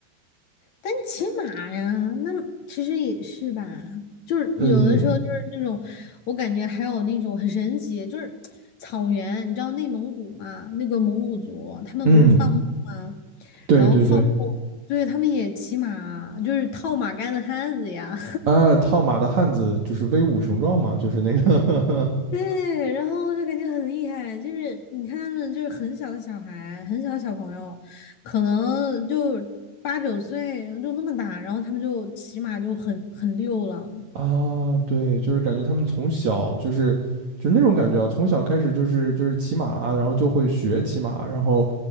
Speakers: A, on the left; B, on the right.
A: 但骑马呀，那其实也是吧，就是有的时候就是那种，
B: 嗯
A: 我感觉还有那种很神奇，就是草原，你知道内蒙古嘛？那个蒙古族他们不是放牧吗？
B: 嗯，对对对，
A: 然后放牧，对，他们也骑马，就是套马杆的汉子呀。
B: 啊，套马的汉子就是威武雄壮嘛，就是那个
A: 对，然后就感觉很厉害，就是你看他们就是很小的小孩，很小的小朋友，可能就八九岁就那么大，然后他们就骑马就很很溜了。
B: <laughs> 啊，对，就是感觉他们从小就是就是那种感觉啊，从小开始就是就是骑马啊，然后就会学骑马，然后